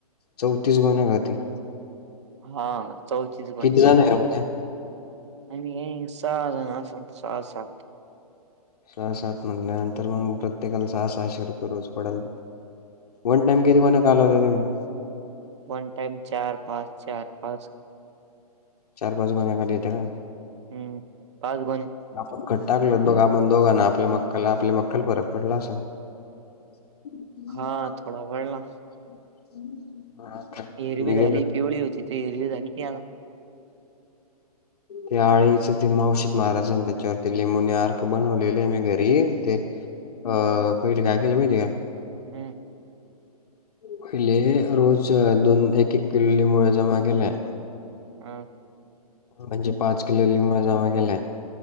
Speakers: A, on the left; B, on the right.
A: चौतीस गोण्या <unintelligible>
B: हा चौतीस गोण्या.
A: किती जण आहे उद्या
B: आणि हे सहा अजून असणं, सहा सात?
A: सहा सात म्हटल्यानंतर, मग प्रत्येकाला सहा सहाशे रुपये रोज पडलं. वन टाइम किती गोण्या कालवता तुम्ही?
B: वन टाइम चार पाच, चार पाच.
A: चार पाच गुण्या कालिवता का.
B: हम्म पाच गोणे
A: आपण खत टाकलवततं बघं. आपण दोघांना आपल्या मक्कल आपली मक्कल परत पडला असलं. <unintelligible>
B: हा थोडा वळला हिरवी झाली,
A: गेलो
B: पिवळी होती ती हिरवी <unintelligible>
A: ते आळीच ते औषध मारायचं ना त्याच्यावर ते लिंबुनी अर्क बनवलं मी घरी ते. अ पहिले काय केलं महिती का.
B: हं.
A: पहिले रोज दोन एक - एक किलो लिंबोळे जमा केल्या.
B: हं.
A: म्हणजे, पाच किलो लिबोळ्या जमा केल्या.